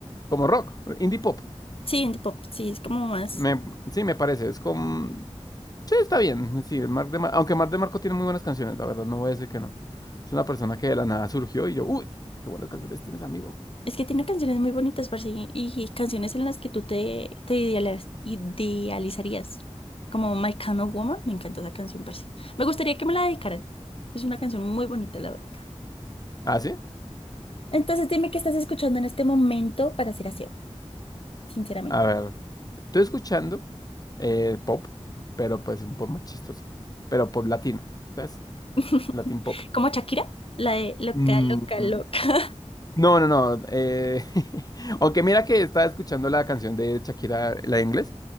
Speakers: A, on the left; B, on the left.
A: como rock, indie pop.
B: Sí, indie pop, sí, es como más.
A: Me, sí, me parece, es como... Sí, está bien. Sí, Marc de Mar- aunque Marc de Marco tiene muy buenas canciones, la verdad, no voy a decir que no. Es una persona que de la nada surgió y yo, uy, qué buenas canciones tienes, amigo.
B: Es que tiene canciones muy bonitas, parce, y, y canciones en las que tú te, te idealas- idealizarías. Como My Kind of Woman, me encanta esa canción, parce. Me gustaría que me la dedicaran. Es una canción muy bonita, la verdad.
A: ¿Ah, sí?
B: Entonces dime qué estás escuchando en este momento para ser aseo, sinceramente.
A: A ver, estoy escuchando eh, pop, pero pues un pop más chistoso, pero pop latino, ¿sabes?
B: <laughs>
A: Latin pop.
B: Como Shakira, la de loca,
A: Mm,
B: loca,
A: mm.
B: loca.
A: no, no, no. eh, <laughs> aunque mira que estaba escuchando la canción de Shakira, la de inglés,